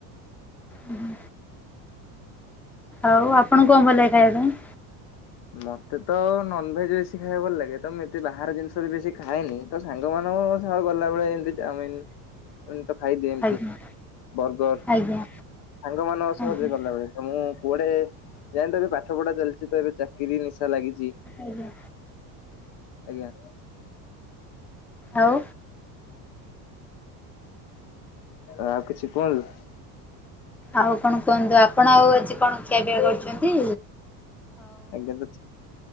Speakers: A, in the centre; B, on the left.
A: ହୁଁ। ଆଉ ଆପଣ କଣ ଭଲ ଖାଇବା ପାଇଁ?
B: ମତେ ତ ନନଭେଜ ବେଶୀ ଖାଇବାକୁ ଭଲ ଲାଗେ ତ ମୁଁ ଏତେ ବାହାର ଜିନିଷ ବି ବେଶୀ ଖାଏନି। ତ ସାଙ୍ଗ ମାନଙ୍କ ସହ ଗଲାବେଳେ ଏମିତି ଚାମିନ ମୁଁ ତ ଖାଇଦିଏ ଏମତି
A: ଆଜ୍ଞା
B: ବର୍ଗର
A: ଆଜ୍ଞା
B: ସାଙ୍ଗ ମାନଙ୍କ ସହଜରେ
A: ଆଜ୍ଞା
B: ଗଲାବେଳେ। ତ ମୁଁ କୁଆଡେ ଯାଇ ତ ଏବେ ପାଠ ପଢା ଚାଲିଛି ତ ଏବେ ଚାକିରି ନିଶା ଲାଗିଛି।
A: ଆଜ୍ଞା।
B: ଆଜ୍ଞା।
A: ଆଉ।
B: ଆଉ କିଛି କୁହନ୍ତୁ।
A: ଆଉ କଣ କୁହନ୍ତୁ ଆପଣ ଆଉ ଆଜି କଣ ଖିଆ ପିଆ କରୁଛନ୍ତି?
B: ଆଜ୍ଞା